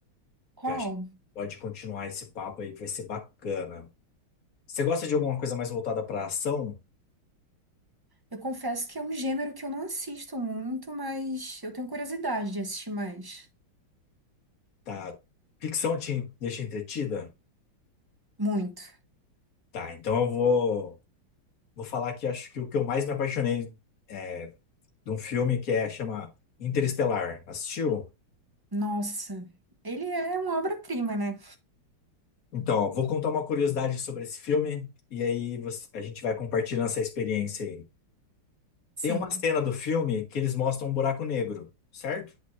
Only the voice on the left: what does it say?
Que eu acho que pode continuar esse papo aí, que vai ser bacana. Você gosta de alguma coisa mais voltada pra ação?
Tá? Ficção te deixa entretida?
Tá, então eu vou, vou falar que acho que o que eu mais me apaixonei. é, de um filme que é chama Interestelar. Assistiu?
Então, ó, vou contar uma curiosidade sobre esse filme e aí você- a gente vai compartilhando essa experiência aí.
Tem uma cena do filme que eles mostram um buraco negro, certo?